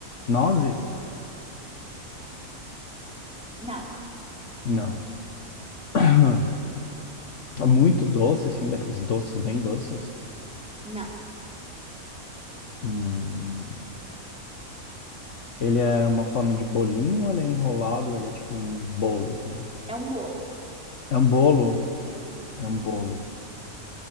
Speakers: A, on the left; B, in the centre.
A: nozes?
B: Não,
A: Não. <clears throat> Muito doce, assim, daqueles doces bem doces.
B: não.
A: Hum, Ele é uma forma de bolinho, ou ele é enrolado, ou ele é tipo um bolo, assim.
B: É um bolo.
A: É um bolo?
B: Isso.
A: É um bolo.